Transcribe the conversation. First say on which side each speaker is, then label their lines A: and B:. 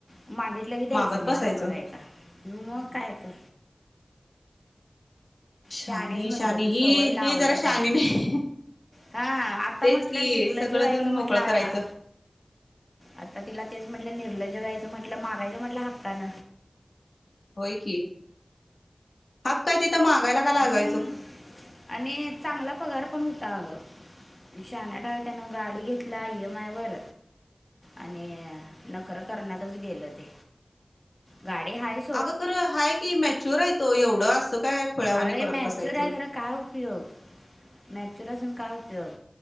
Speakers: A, on the left (about 20°); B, on the left (about 75°).
A: मागे मागलं की द्यायचं
B: मागत
A: नाही
B: बसायचं.
A: असं करायचा मग
B: हम्म.
A: काय तर
B: शानी
A: शानेच म्हटलं
B: शानी
A: तू
B: ही
A: सवय लावल्यास
B: ही जरा शानी
A: म्हटलं
B: नाही
A: हा आता
B: तेच
A: म्हटलं
B: की
A: निर्लज्ज
B: सगळं
A: व्हायचं
B: देऊन मोकळं
A: म्हंटलं आता
B: करायचं.
A: आता तिला तेच म्हटलं निर्लज्ज व्हायच म्हंटलं मागायचं म्हटलं हक्कान
B: होय की हक काय तिथं मागायला का लाजायचं?
A: हम्म आणि चांगला
B: मग
A: पगार
B: काय.
A: पण होता अगं शाहणा
B: हम्म
A: होता
B: हम्म
A: त्यान गाडी घेतला ई एम आय वर
B: हम्म.
A: आणि नखरं करण्यातच गेलं ते गाडी हायच
B: अगं खरं हाय की मॅच्युअर आहे तो एवढं असं काय खुळ्यावानी
A: अरे
B: करत
A: मॅच्युअर
B: बसायचं.
A: आहे खरं काय उपयोग मॅच्युअर असून काय उपयोग